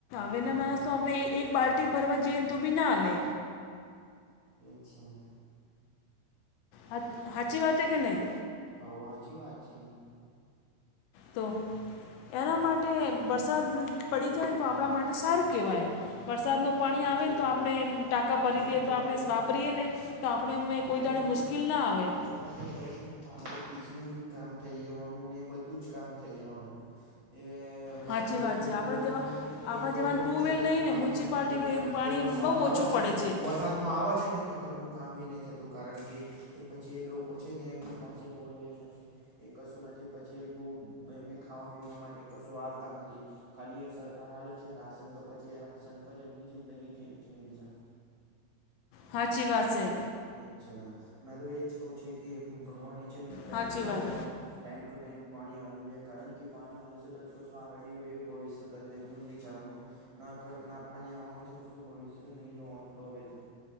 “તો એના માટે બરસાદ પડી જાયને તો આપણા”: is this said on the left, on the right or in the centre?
Left